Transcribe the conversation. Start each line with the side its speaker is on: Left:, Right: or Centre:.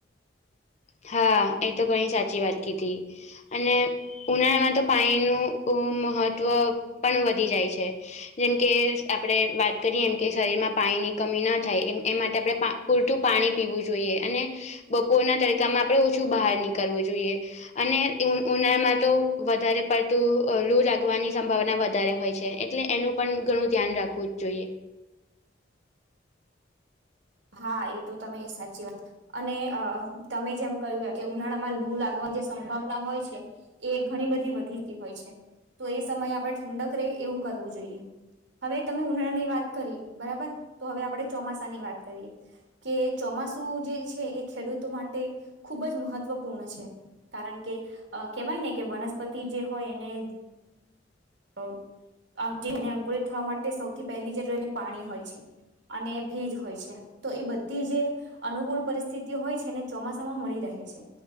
Left: હા એ તો ઘણી સાચી વાત કીધી. અને ઉનાળામાં તો પાણીનું મહત્વ પણ વધી જાય છે. જેમકે આપણે વાત કરીએ એમ કે શરીરમાં પાણીની કમી ન થાય એ એ માટે આપણે પા પૂરતું પાણી પીવું જોઈએ અને બપોરના તડકામાં આપણે ઓછું બહાર નીકળવું જોઈએ અને ઉનાળામાં તો વધારે પડતું લુ લાગવાની સંભાવના વધારે હોય છે. એટલે એનું પણ ઘણું ધ્યાન રાખવું જોઈએ.
Right: હા એતો તમે સાચી વાત અને અ તમે જેમ કહ્યું એમ ઉનાળામાં લૂ લાગવાની જે સંભાવના હોય છે. એ ઘણી બધી વધીતી હોય છે તો એ સમયે આપણે ઠંડક રહે એવું કરવું જોઈએ. હવે તમે ઉનાળા ની વાત કરી બરાબર તો હવે આપણે ચોમાસાની વાત કરીએ. કે ચોમાસું જે છે એ ખેડૂતો માટે ખૂબ જ મહત્વપૂર્ણ છે. કારણ કે કેવાય ને કે વનસ્પતિ જે હોય એને <unintelligible> અંકુરિત થવા માટે સૌથી પહેલી જરૂરિયાત એની પાણી હોય છે અને ભેજ હોય છે તો એ બધી જે અનુકૂળ પરિસ્થિતિઓ હોય છે ને ચોમાસામાં મળી રહે છે.